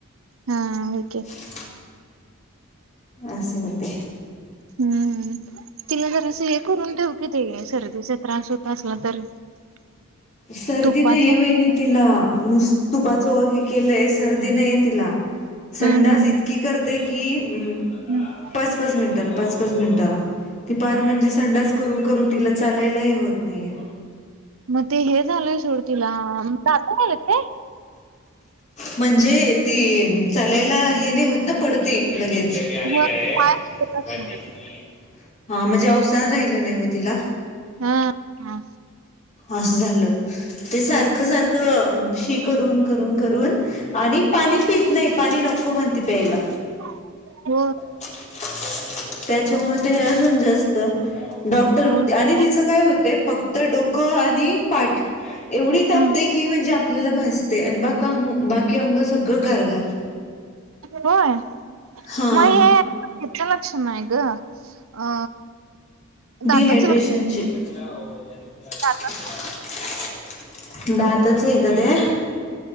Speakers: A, on the right; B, on the left.
A: हा ओके
B: <inaudible> आसं होतंय.
A: हम्म तिला <unintelligible> जर असं हे करून ठेव कि ते सर्दीचा त्रास होत असला तर. <inaudible>
B: सर्दी
A: तुपाचं
B: नाहीये वहिणी तिला, नुस -तुपाचं हे केलंय सर्दी नाहीये तिला. संडास
A: हम्म हम्म
B: इतकी करते कि म <unintelligible>
A: हम्म
B: पाच मिनिटाला पाच-पाच मिनिटाला. <unintelligible> ती पार म्हणजे संडास करून-करून तिला चालायलाही होत नाहीये.
A: मग ते हे झालंय सोड तिला दात याल्यात काय?
B: म्हणजे ती चालायला हे नाही होत ना पडते लगेच. <unintelligible> <unintelligible>
A: व पाय दुखत असणार. आहेत.
B: हा म्हणजे अवसान राहिलं नाही ओ तिला.
A: हा-हा
B: असं झालं ते सारखं-सारखं
A: हो
B: शी करून-करून-करून. आणि पाणी पित नाही, पाणी नको म्हणते प्यायला.
A: <unintelligible> हो.
B: <inaudible> त्याच्यामुळे ते अजून जास्त डॉ क्टर <unintelligible>
A: ओके
B: आणि तिचं काय होते फक्त डोकं आणि पाट एवढी तापतय
A: हम्म
B: की म्हणजे आपल्याला भाझतय आणि बाकांग बाकी अंग सगळं गार-गार.
A: होय
B: हा
A: मग हे कुठं लक्षण नाही ग? अ दाताच
B: डिहायड्रेशनचे.
A: लक्ष
B: <inaudible>
A: दातात
B: <inaudible> दातच आहेत ते.